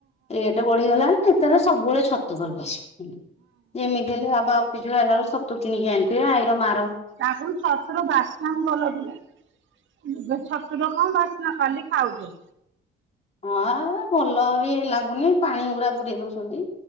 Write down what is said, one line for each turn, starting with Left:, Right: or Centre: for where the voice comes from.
Left: ରେଟ ବଢିଗଲା। ଏଥର ସବୁବେଳେ ଛତୁ ଘରକୁ ଆସଚି ଯେମିତି ହେଲେ ବାପା ଫିସ ରୁ ଆଇଲା ବେଳୁ ଛତୁ କିଣିକି ଆଣିଥିବେ ଆଇର ମା
Right: ଆଗୁରୁ ଛତୁର ବାସ୍ନା ବି ଭଲ ଥିଲା। ଏବଂ ଛତୁର କଣ ବାସ୍ ନା ଖାଲି ଖାଉଚେ।
Left: ହଁ ଭଲ ବି ଲାଗୁନି ପାଣି ଉରା ପୁରେଇ ଦଉ ଚନ୍ତି